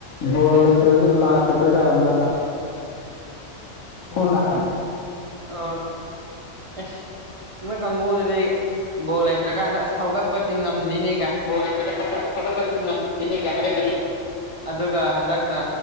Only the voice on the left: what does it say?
ꯍꯣ ꯂꯩ ꯂꯥꯛꯇ꯭ꯔ ꯀꯥꯟꯗ ꯂꯩ
ꯣꯠꯇ꯭ꯔ ꯀ ꯐꯗꯄꯅꯤꯒ ꯍꯥꯏꯔ ꯀꯅꯤ